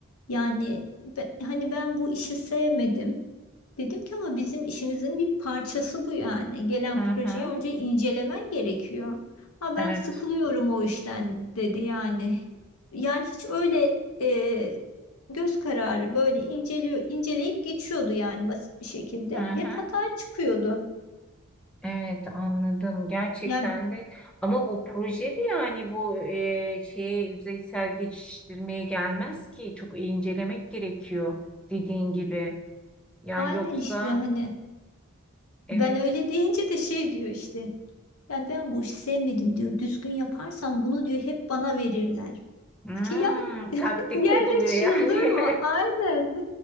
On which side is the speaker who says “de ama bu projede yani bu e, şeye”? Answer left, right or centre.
Centre